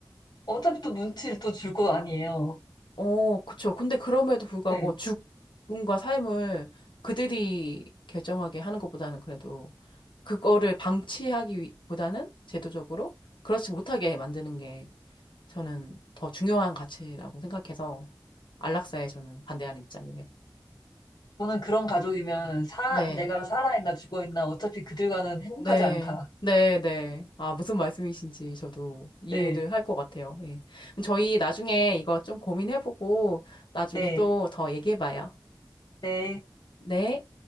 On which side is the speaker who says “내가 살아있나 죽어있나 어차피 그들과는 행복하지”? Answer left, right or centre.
Left